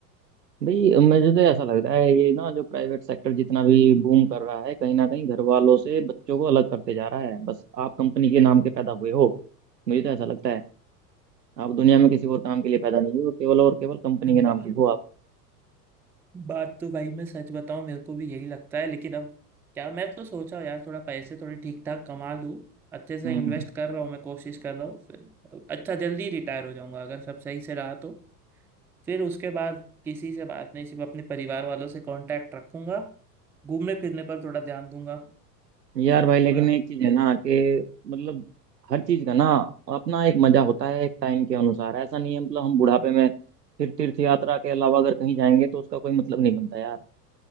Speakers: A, on the right (about 75°); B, in the centre.
A: भाई मुझे तो ऐसा लग रहा है ये ना जो प्राइवेट सेक्टर जितना भी बूम कर रहा है कहीं ना कहीं घर वालों से बच्चों को अलग करते जा रहा है बस आप कंपनी के नाम के पैदा हुए हो मुझे तो ऐसा लगता है आप दुनिया में किसी और काम के लिए पैदा नहीं हुए हो केवल और केवल कंपनी के नाम
B: बात
A: के हो आप
B: बात तो भाई मैं सच बताऊं मेरे को भी यही लगता है लेकिन अब क्या मैं तो सोचा यार थोड़ा पैसे थोड़े ठीक ठाक कमा लूं अच्छे से
A: हम्म
B: इन्वेस्ट कर रहा हूँ मैं कोशिश कर रहा हूँ फिर अच्छा जल्दी रिटायर हो जाऊंगा अगर सब सही से रहा तो फिर उसके बाद किसी से बात नहीं सिर्फ अपने परिवार वालों से कांटेक्ट रखूंगा घूमने फिरने पर थोड़ा ध्यान दूंगा
A: यार भाई लेकिन
B: थोड़ा
A: एक चीज है ना कि मतलब हर चीज का ना अपना एक मजा होता है एक टाइम के अनुसार ऐसा नहीं है मतलब हम बुढ़ापे में फिर तीर्थ यात्रा के अलावा अगर कहीं जाएंगे तो उसका कोई मतलब नहीं बनता यार